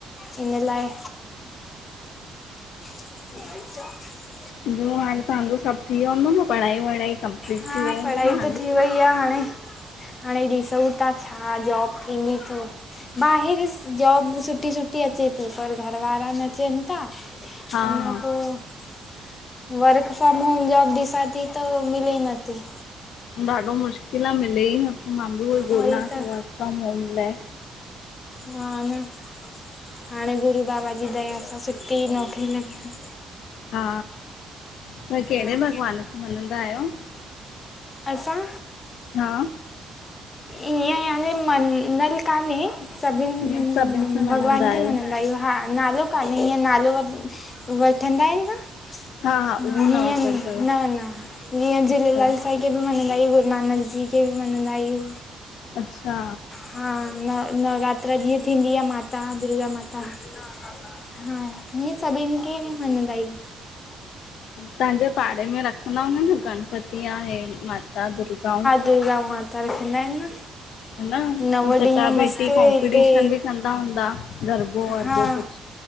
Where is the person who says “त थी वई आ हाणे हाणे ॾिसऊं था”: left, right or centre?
Left